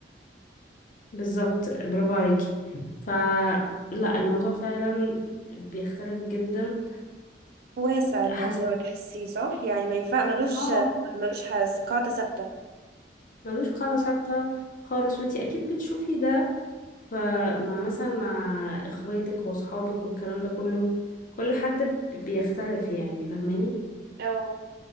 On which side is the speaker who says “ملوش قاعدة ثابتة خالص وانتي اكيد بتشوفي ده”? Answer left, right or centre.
Left